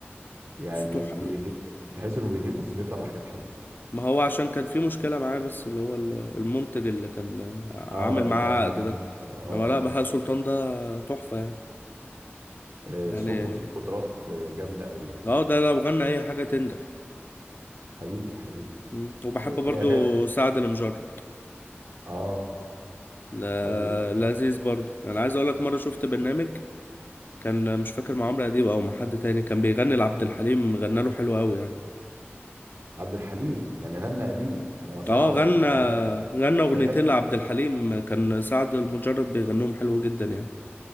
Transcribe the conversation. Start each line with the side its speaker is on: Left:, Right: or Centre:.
Right: يعني
Left: صوته
Right: بيغي...
Left: ح...
Right: تحس انه بيغيب بس بيطلع بحاجات حلوه
Left: ما هو عشان كان في مشكله معاه بس اللي هو ال- المنتج اللي كان عامل
Right: اه اللي
Left: معاه
Right: كان عامل
Left: عقد
Right: معاه
Left: ده
Right: مشكله اه
Left: لما لا بهاء
Right: اه
Left: سلطان ده تحفه يعني
Right: آه،
Left: يعني
Right: صوته فيه قدرات آه، جامده قوي يعني
Left: اه ده لو غنى اي حاجة تنجح
Right: حقيقي حقيقي
Left: مم. وبحب
Right: آه،
Left: برضو
Right: في اغاني
Left: سعد المجرد
Right: اه
Left: لا
Right: حلو برضه
Left: لذيذ برضو انا عايز اقولك مرة شفت برنامج كان مش فاكر مع عمرو اديب او مع حد تاني كان بيغني لعبد الحليم غنى له حلو قوي يعني
Right: عبد الحليم يعني غنى قديم انا اصلا
Left: اه
Right: أقعد
Left: غنى
Right: أش- أغ...
Left: غنى اغنيتين
Right: الاغاني
Left: لعبد الحليم كان سعد المجرد بيغنيهم حلو جدا يعني